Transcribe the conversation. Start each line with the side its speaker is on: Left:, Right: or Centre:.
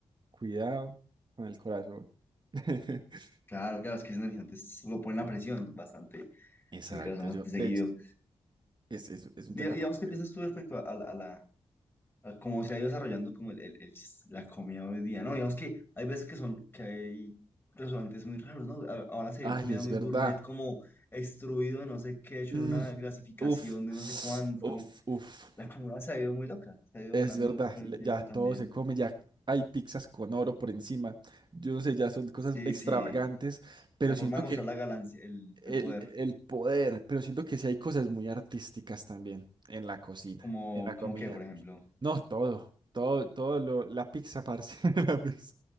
Right: cuidado con el corazón. <laughs>
Left: Claro, claro, es que ese energizante es- lo pone la presión bastante,
Right: Exacto,
Left: el corazón bastante
Right: yo,
Left: seguido.
Right: de hecho, es, es, es un
Left: Di-
Right: tema
Left: Digamos,
Right: complejo.
Left: ¿qué piensas tú respecto a, a la, a la- a cómo se ha ido desarrollando como el- el- el- la comida hoy día? No, digamos que hay veces que son, que hay restaurantes muy raros, ¿no? A- Ahora se
Right: Ay,
Left: ven comida
Right: es
Left: muy
Right: verdad.
Left: gourmet, como extruido de no sé qué, hecho
Right: Mm,
Left: en una grasificación
Right: uf,
Left: de no sé cuánto.
Right: uf, uf.
Left: La comida se ha ido muy loca, se ha ido
Right: Es
Left: volando
Right: verdad,
Left: con
Right: le-
Left: el tiempo
Right: ya todo
Left: también.
Right: se come, ya hay pizzas con oro por encima. Yo no sé, ya son cosas
Left: Sí,
Right: extravagantes,
Left: sí,
Right: pero
Left: la forma
Right: siento
Left: de mostrar
Right: que
Left: la ganancia, el,
Right: el,
Left: el poder,
Right: el poder, pero siento que sí hay cosas muy artísticas también en la cocina,
Left: como,
Right: en la
Left: como
Right: comida.
Left: que, por ejemplo.
Right: No, todo, todo, todo lo, la pizza, parce, <laughs> la pizza.